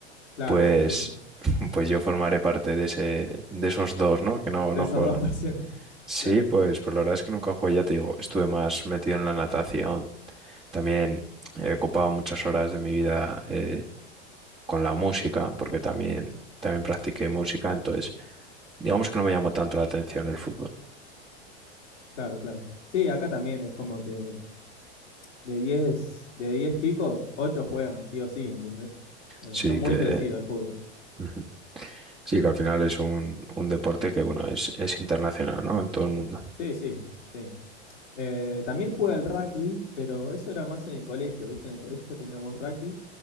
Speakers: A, on the left; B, on the right.
A: Claro,
B: pues,
A: sí, sí, sí.
B: <laughs> pues yo formaré parte de ese, de esos dos, ¿no? Que no,
A: De
B: no
A: esos
B: juegan.
A: dos por ciento <laughs>
B: Sí,
A: Claro,
B: pues, pues la verdad es que nunca jugué, ya te digo, estuve más metido en la natación. También he ocupado muchas horas de mi vida eh, con la música, porque también, también practiqué música, entonces digamos que no me llamó tanto la atención el fútbol.
A: claro, claro. Sí, acá también es como que de 10 de 10 chicos, 8 juegan, sí o sí, ¿entendés? Eh,
B: Sí
A: está muy
B: que,
A: crecido el fútbol.
B: ujú. sí que al final es un, un deporte que, bueno, es, es internacional, ¿no? En todo el mundo.
A: Sí, sí, sí. Eh, también juega el rugby, pero eso era más en el colegio, ¿viste? En el colegio teníamos rugby